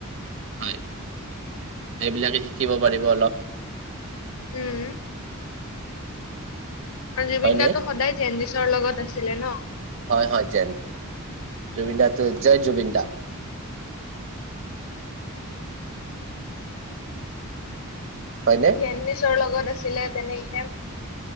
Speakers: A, on the right (about 60°); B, on the left (about 70°).
A: হয় এইবিলাকে শিকিব পাৰিব অলপ।
B: উম। আৰু জুবিন
A: হয়নে
B: দাটো সদায় জেনডিচৰ লগত আছিলে ন।
A: হয় হয় জ জুবিনদা জয় জুবিনদা হয়নে
B: জেনডিছৰ লগত আছিলে তেনেকে।